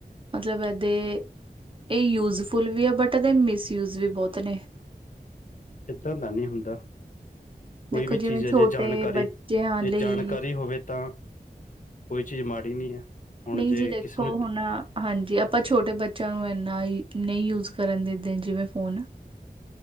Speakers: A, on the right; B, on the left.
A: ਮਤਲਬ ਇਹਦੇ ਇਹ ਯੂਜਫੁਲ ਵੀ ਆ, ਬਟ ਇਹਦੇ ਮਿਸਯੂਜ ਵੀ ਬਹੁਤ ਨੇ।
B: ਇਦਾਂ ਦਾ ਨਹੀਂ ਹੁੰਦਾ। ਕੋਈ
A: ਦੇਖੋ
B: ਵੀ
A: ਜਿਵੇਂ
B: ਚੀਜ਼ ਹੈ
A: ਛੋਟੇ
B: ਜੇ ਜਾਣਕਾਰੀ,
A: ਬੱਚਿਆਂ
B: ਜੇ
A: ਲਈ
B: ਜਾਣਕਾਰੀ ਹੋਵੇ ਤਾਂ ਕੋਈ ਚੀਜ਼, ਮਾੜੀ ਨਹੀਂ ਹੈ। ਹੁਣ
A: ਨਹੀਂ
B: ਜੇ
A: ਜੀ ਦੇਖੋ,
B: ਕਿਸੇ ਨੂੰ
A: ਹੁਣ ਹਾਂਜੀ, ਆਪਾਂ ਛੋਟੇ ਬੱਚਿਆਂ ਨੂੰ, ਇਨਾ ਨਹੀਂ ਯੂਜ ਕਰਨ ਦੇਦੇ ਜਿਵੇਂ ਫੋਨ।